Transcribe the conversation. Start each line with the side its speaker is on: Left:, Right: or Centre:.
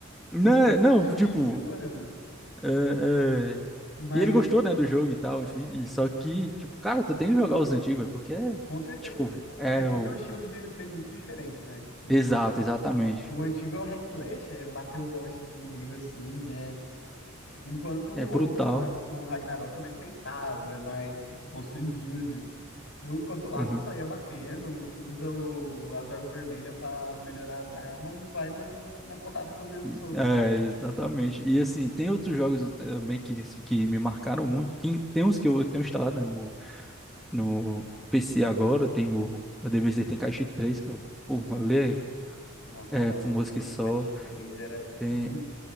Centre: Não,
Left: <laughs>
Centre: não,
Left: Difícil,
Centre: tipo.
Left: mano.
Centre: é, é,
Left: Mas
Centre: E ele gostou, né, do jogo e tal, enfim. E só que, tipo, cara, tu tem que jogar os antigos, é porque é.
Left: Com certeza.
Centre: Tipo,
Left: Até
Centre: é
Left: porque
Centre: o.
Left: é um estilo de gameplay muito diferente, né? Tipo,
Centre: Exato, exatamente.
Left: o antigo é o hack slash, é bater um monte de inimigo assim, é... Enquanto o
Centre: É brutal.
Left: outro, é- o Ragnarok é mais pensado, é mais, tipo, construir build. Enquanto lá
Centre: Uhum.
Left: você só ia batendo, usa o... as orbes vermelhas pra melhorar as armas e vai na, na porrada comendo
Centre: E-
Left: solta,
Centre: É,
Left: sabe?
Centre: exatamente. E assim, tem outros jogos também que, assim, que me marcaram muito. Que- Tem uns que eu tenho instalado, né, no, no PC agora, tem o, o DBZ tem Caixa Três que eu, pô, ali
Left: Nossa,
Centre: é,
Left: da
Centre: é famoso
Left: hora. O Tenkaichi
Centre: que só.
Left: três era...
Centre: Tem,
Left: E,